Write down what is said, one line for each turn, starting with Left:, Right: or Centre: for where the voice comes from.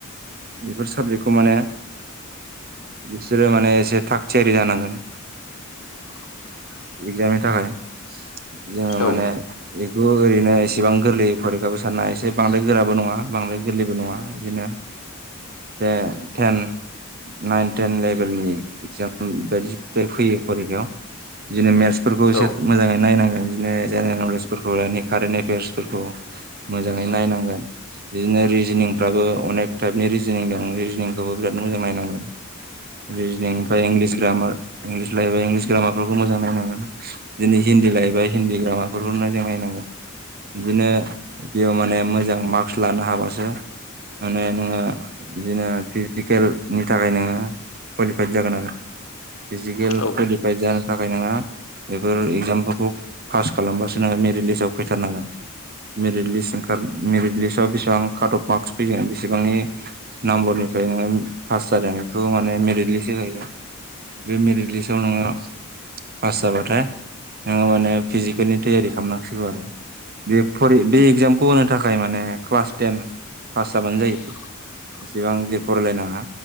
Right: बेफोर साबजेक्टखौ माने बिसोरो माने एसे थाग थियारि जानांगोन
Left: <inaudible>
Right: एक्जामनि थाखाय जोङो माने
Left: औ
Right: बेखौ ओरैनो एसेबां गोरलै फरिखाबो साननाया एसे बांद्राय गोराबो नङा बांङाय गोरलैबो नङा बिदिनो जेनथेन नाइन टेन लेभेलनि इगजाम बायदि फैयो फैरिखायाव बिदिनो मेथ्सफोरखौ एसे
Left: औ
Right: मोजांङै नायनांगोन बिदिनो जेनेरेल नलेजफोरखौ मान कारेेनट एफेयार्सफोरखौ मोजांङै नायनांगोन बिदिनो रिजनिं फाबो अनेक टाइपनि रिजनिं दं रिजनिंखौबो बिराद मोजां नायनांगोन रिजनिं ओमफ्रायं इंलिस ग्रामार लायोबा इंलिस ग्रामार मोजां नायनांगोन दिनै हिन्दी लायोबा हिन्दी ग्रामारफोरखौनो जों नायनांगोन बिदिनो बेयाव माने मोजां मार्कस लानो हाबासो माने नोंङो बिदिनो फिजिकेलनि थाखाय नोंङो कुवालिफाइद जागोन आरो फिजिकेल
Left: औ
Right: कुवालिफाइड जानो थाखाय नोंङो बेफोर एगजामफोरखौ पास खालामबासो नोंङो मेरिट लिस्टआव फैथारनांगोन मेरिट लिस्ट ओंखार मेरिट लिस्टआव बेसेबां काट अफ मार्कस फैयोगोन बे बेसेबांनि नाम्बरनिफ्राय नोंङो पास जादों बेखौ माने मेरिट लिस्ट जाहैयो। बे मेरिट लिस्टाव नोंङो पास जाबाथाय नोंङो माने फिजिकेलनि थियारि खालामनांसिगौ आरो बे बे एगजामखौ होनो थाखाय माने क्लास टेन पास जाबानो जायो
Left: <inaudible>
Right: एसेबां जे फरायलायनाङा